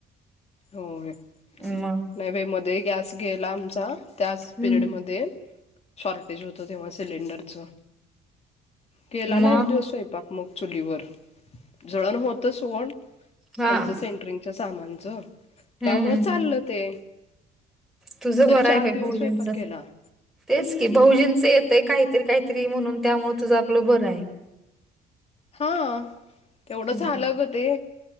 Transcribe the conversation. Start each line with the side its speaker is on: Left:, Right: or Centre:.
Left: होय.
Centre: मग
Left: नाही बाई, मध्ये गॅस गेला आमचा. त्याच
Centre: हम्म
Left: पिरियडमध्ये. शॉर्टेज होतं तेव्हा सिलेंडरचं. केला ना.
Centre: मग
Left: एक दिवस स्वयंपाक मग चुलीवर. जळण होत सोड.
Centre: हा
Left: त्यांच सेंट्रिंगच्या सामानचं.
Centre: हम्म
Left: त्यामुळं
Centre: हम्म
Left: चाललं
Centre: हम्म.
Left: ते
Centre: तुझ
Left: तरी
Centre: बरय
Left: चार
Centre: बाई
Left: दिवस
Centre: भाऊजीच.
Left: स्वयंपाक केला
Centre: तेच की भाउजींचं येतय काहीतरी काहीतरी म्हणून. तुझं आपलं बरय.
Left: हा. तेवढं
Centre: हम्म
Left: झालं ग ते.